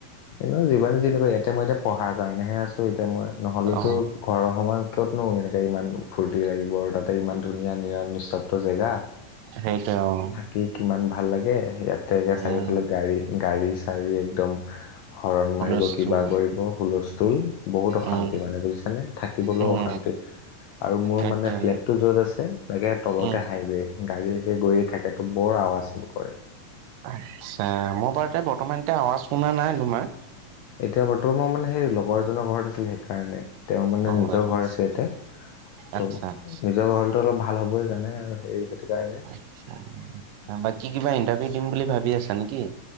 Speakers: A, on the left; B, on the right.
A: এনেও যিমান যি নোকোৱা ইয়াতে মই এতিয়া পঢ়াৰ কাৰণেহে আছো এতিয়া মই নহলেতো
B: অ
A: ঘৰৰ সমান কতনো এনেকে ইমান ফূৰ্তি লাগিব আৰু তাতে ইমান ধুনীয়া নিৰা নিস্তব্ধ জেগা।
B: সেইটোৱে অ,
A: দি কিমান ভাল লাগে ইয়াতে একা চাৰিওফালে
B: উম
A: গাড়ী-চাড়ী একদম হৰণ
B: হুলস্থুল
A: মাৰিব কিবা কৰিব হুলস্থুল। বহুত অশান্তি
B: উম
A: মানে বুজিছানে থাকিবলৈও
B: উম
A: অশান্তি। আৰু মোৰ
B: সেইটোৱে
A: মানে ফ্লেটটো য'ত আছে তাকে তলতে
B: উম
A: হাইৱে। গাড়ীয়েকে গৈয়ে থাকেতো বৰ আৱাজ কৰে।
B: আচ্ছা মই বাৰু তে বৰ্তমান এতিয়া আৱাজ শুনা নাই তোমাৰ
A: এতিয়া বৰ্তমান মই মানে সেই লগৰ এজনৰ ঘৰত আছিলোঁ সেইকাৰণে। তেওঁ মানে
B: অ
A: নিজৰ
B: আচ্ছা
A: ঘৰ আছে ইয়াতে
B: আচ্ছা
A: ত'
B: আচ্ছা
A: নিজৰ ঘৰ টো অলপ ভাল হ'বইে জানে আৰু হেৰি সেইটো কাৰণে।
B: বাকি কিবা ইণ্টাৰভিউ দিম বুলি ভাবি আছা নেকি?